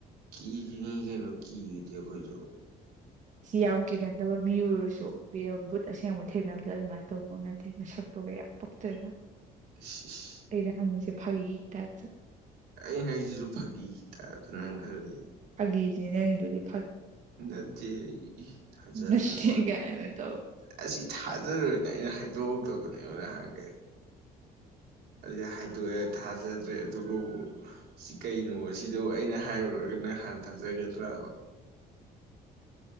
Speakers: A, on the right; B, on the right.
A: ꯀ ꯆꯅꯤ ꯀꯩꯅꯣ ꯀ ꯏꯗꯤ ꯈꯣꯏꯁꯨ
B: ꯁꯤ ꯌꯥꯝ ꯀꯤꯒꯟꯗꯕ ꯃꯤ ꯑꯣꯏꯔꯁꯨ ꯕꯨꯠ ꯑꯁꯦꯡꯕ ꯊꯦꯡꯅꯕꯗ ꯑꯗꯨꯃꯥꯏꯅ ꯇꯧꯕ ꯅꯗꯦꯅ ꯁꯛꯇꯒ ꯌꯥꯝ ꯄꯣꯛꯛꯇ꯭ꯔꯦꯅ
A: ꯏꯁ ꯏꯁ
B: ꯑꯩꯩꯅ ꯍꯪꯉꯤꯁꯦ ꯐꯩ ꯇꯠ
A: ꯑꯩꯅ ꯑꯩꯁꯤꯁꯨ ꯐꯥꯒꯤꯒꯤ ꯇꯥꯏꯞꯇ ꯅꯪ ꯈꯔ ꯂꯩ
B: ꯕꯤꯁꯅꯦ ꯅꯪꯒꯤ ꯑꯗꯨꯗꯤ
A: ꯅꯠꯇꯦ ꯊꯥꯖꯗ
B: ꯅꯠꯇꯦ ꯀꯥꯏꯅ ꯇꯧꯋꯦ
A: ꯑꯁꯤ ꯊꯥꯖꯔꯣꯏ ꯅ ꯑꯩꯅ ꯍꯥꯏꯗꯣꯛꯑꯛꯇꯕꯅꯦꯕꯅ ꯍꯥꯡꯒꯦ
B: <unintelligible> <unintelligible>
A: ꯑꯗꯨ ꯍꯥꯏꯗꯣꯛꯑꯦ ꯊꯥꯖꯗ꯭ꯔꯦ ꯑꯗꯨꯒ ꯁꯤ ꯀꯩꯅꯣ ꯁꯤꯗꯕꯨ ꯑꯩꯅ ꯍꯥꯏꯔꯨꯔꯒꯅ ꯍꯥꯟ ꯊꯖꯒꯗ꯭ꯔ
B: <unintelligible>